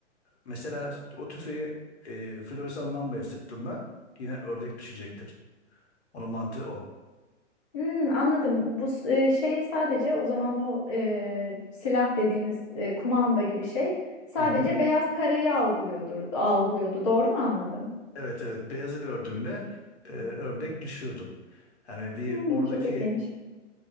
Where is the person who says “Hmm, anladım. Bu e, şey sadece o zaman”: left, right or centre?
Left